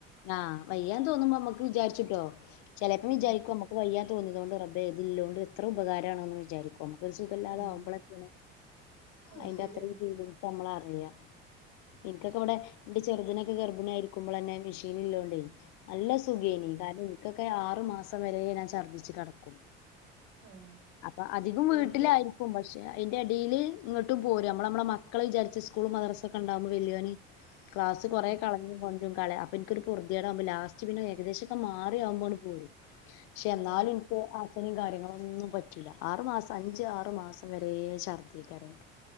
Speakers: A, on the left; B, on the right.
A: ആ വയ്യാൻ തോന്നുമ്പോ നമ്മുക്ക് വിചാരിച്ചിട്ടോ ചിലപ്പം
B: ആഹ്
A: വിചാരിക്കോമ്മക്ക് വയ്യാ തോന്നിയതോണ്ട് റബേ ഇതില്ലോണ്ട് എത്ര ഉപകാരാണ്ന്ന് വിചാരിക്കും നമുക്കൊരു സുഖംല്ലാതാവുമ്പളെക്കെണ്
B: ആഹ് അത്
A: അയിന്റെ
B: ശരിയാണ്
A: അത്രയും ഫീലിങ്സ് നമ്മൾ അറിയാം ഇൻക്കൊക്കെ ഇവിടെ എന്റെ ചെറുതിനൊക്കെ ഗർഭിണി ആയിരിക്കുമ്പളന്നെ മെഷീൻ ഇള്ളോണ്ടേ അല്ല സുഖേനി
B: ആഹ്
A: കാരണം ഇൻക്കൊക്കെ ആറു മാസം വരെ ഞാൻ ഛർദ്ദിച്ചു കിടക്കും
B: ആഹ്
A: അപ്പൊ അധികം
B: വീട്ടില്
A: വീട്ടിലായിരിക്കും പക്ഷെ അയിന്റെ അടീൽ ഇങ്ങട്ടും പോരും അമ്മള അമ്മളെ മക്കള് വിചാരിച്ച് സ്കൂള് മദ്രസൊക്കെ ഇണ്ടാവുമ്പോ വല്യോന് ക്ലാസ്
B: ആഹ്
A: കൊറേ കളഞ്ഞു കൊണ്ട്രും കല അപ്പ ഇൻക്കൊരു പൊർതിയാടാകുമ്പോ ലാസ്റ്റ് പിന്നെ ഏകദേശൊക്കെ മാറിയാവുമ്പോ ആണ്ട് പോരും ക്ഷെ
B: ആഹ്
A: ന്നാലും ഇൻക്ക് അ ഇനും കാര്യങ്ങളൊന്നും പറ്റൂല്ല ആറു മാസം അഞ്ച് ആറു മാസം വരെ ഛർദ്ദിക്കേരൻക്ക്